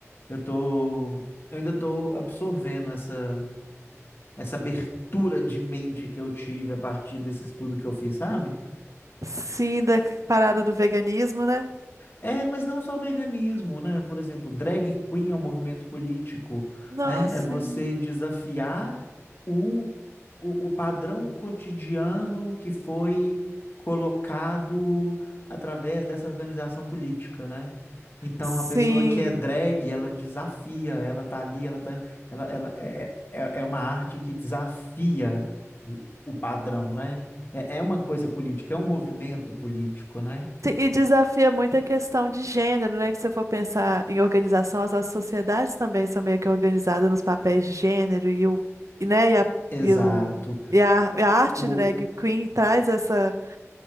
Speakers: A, on the left (about 45°); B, on the right (about 80°).
A: eu tô, eu ainda tô absorvendo essa essa abertura de mente que eu tive a partir desse estudo que eu fiz, sabe?
B: sim, da parada do veganismo, né?
A: É, mas não só o veganismo, né? Por exemplo, drag queen é um movimento político,
B: Nossa,
A: né? É você
B: sim.
A: desafiar o, o, o padrão cotidiano que foi colocado através dessa organização política, né? Então,
B: Sim.
A: a pessoa que é drag, ela desafia, ela tá ali, ela tá, ela, ela é, é, é é uma arte que desafia o, o padrão, né? É, é uma coisa política, é um movimento político, né?
B: Sim, E desafia muito a questão de gênero, né? Que se você for pensar em organização, as nossas sociedades também são meio que organizadas nos papéis de gênero e o, e, né? E a,
A: Exato.
B: e o, e a, e a arte
A: O,
B: drag
A: o-
B: queen traz essa,